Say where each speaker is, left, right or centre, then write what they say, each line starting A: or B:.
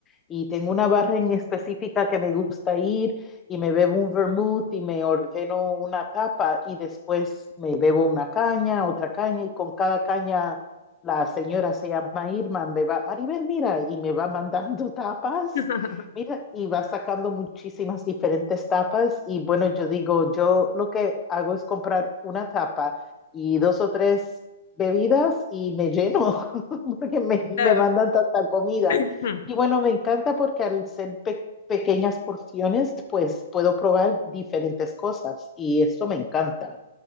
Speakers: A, on the left; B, on the left.
A: Y tengo una barra en específica que me gusta ir y me bebo un vermouth y me ordeno una tapa y después me bebo una caña, otra caña y con cada caña la señora se llama Irma, me va, Maribel, mira, y me va mandando <laughs> tapas,
B: <laughs>
A: mira, y va sacando muchísimas diferentes tapas y bueno, yo digo, yo lo que hago es comprar una tapa y dos o tres bebidas y me lleno, <laughs> porque me,
B: Claro.
A: me mandan tanta comida.
B: Ujú.
A: Y bueno, me encanta porque al ser pe- pequeñas porciones, pues puedo probar diferentes cosas y esto me encanta.